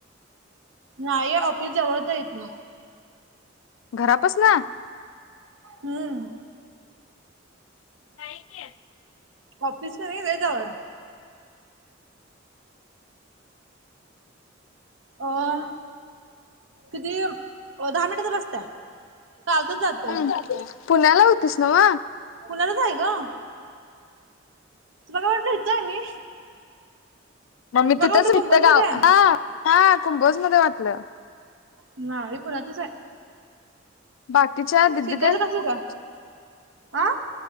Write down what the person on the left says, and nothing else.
घरापासनं?
काही की
<inaudible> पुण्याला होतीस ना व
मग मी तिथंच
हितं
गाव
हा कुंभोजमध्ये वाटलं
बाकीच्या दिदी
तेन?
<unintelligible>